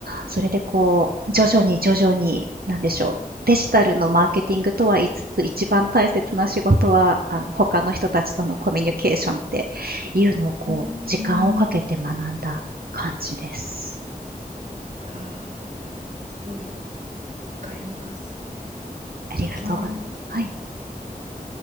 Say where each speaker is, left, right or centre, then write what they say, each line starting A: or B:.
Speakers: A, on the right (about 85°); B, on the right (about 55°).
A: それでこう、徐々に徐々に、なんでしょう、デジタルのマーケティングとは言いつつ、一番大切な仕事は、あの、他の人たちとのコミュニケーションっていうのをこう、
B: うん。
A: 時間をかけて学んだ感じです。
B: ああ、でも、すごいわかります。
A: ありがとうございますはい。
B: 私もなんか、